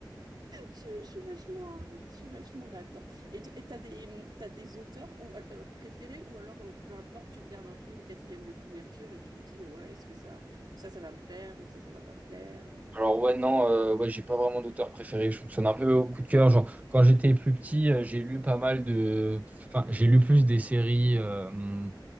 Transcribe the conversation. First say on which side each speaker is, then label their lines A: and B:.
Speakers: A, on the right; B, on the right.
A: Je, je suis vachement, je suis vachement là-dedans. Et t- et t'as des, t'as des auteurs ou, euh, euh, préférés ou alors euh, peu importe, tu regardes un peu le quatrième de couverture et tu te dis, ouais, est-ce que ça, ça, ça va me plaire ou ça, ça va pas me plaire ou tu
B: Alors
A: vois.
B: ouais, non, euh, ouais, j'ai pas vraiment d'auteur préféré. Je fonctionne un peu au coup de cœur. Genre, quand j'étais plus petit, euh, j'ai lu pas mal de. Enfin, j'ai lu plus des séries euh, hum,